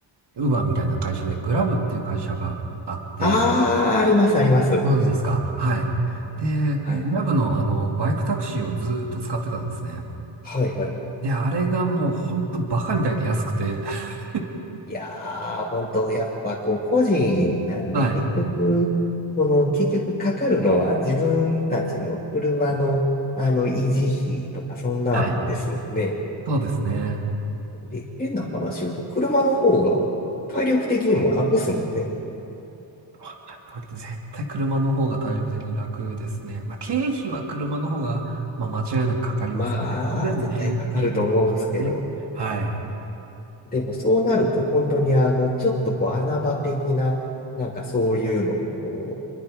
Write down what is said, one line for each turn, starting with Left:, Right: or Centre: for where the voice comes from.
Right: ウーバーみたいな会社で、グラブっていう会社があって、
Left: あーありますあります。
Right: ご存知ですかはい。で、グラブのあの、
Left: はい。
Right: バイクタクシーをずーっと使ってたんですね。
Left: はいはいはい。
Right: で、あれがもうほんとバカみたいに安くて、<laughs>
Left: いやー、本当やっぱこう、個人なんで、
Right: はい。
Left: 結局、この、結局かかるのは自分たちの車の、あの、維持費とか、そんなんですもんね。
Right: はい。そうですね。
Left: で、変な話言うと、車の方が体力的にも楽っすもんね。
Right: おっしゃる通りで絶対車の方が体力的に楽ですね。まあ、経費は車の方が、まあ、間違いなくかかりますね。
Left: まあ、
Right: それでもね、
Left: 絶対かかると思うんですけど、
Right: っていうことですね。はい。
Left: でもそうなると、本当にあの、ちょっとこう、穴場的な、なんかそういうのを、こ